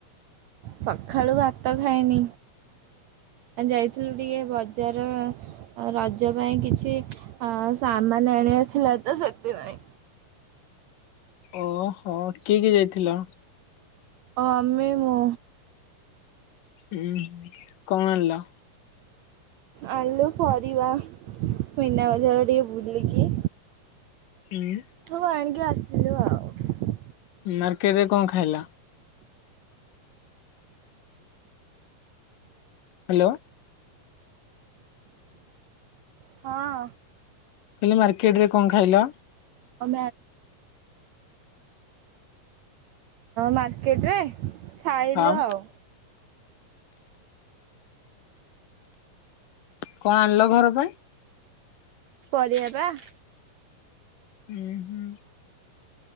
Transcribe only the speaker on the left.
ଓହୋ କିଏ କିଏ ଯାଇଥିଲା?
ହୁଁ କଣ ଆଣିଲ?
ଉଁ
ମାର୍କେଟ ରେ କଣ ଖାଇଲା? ହ୍ୟାଲୋ!
କହିଲ ମାର୍କେଟ ରେ କଣ ଖାଇଲ?
ହଁ
କଣ ଆଣିଲ ଘର ପାଇଁ?
ହୁଁ ହୁଁ।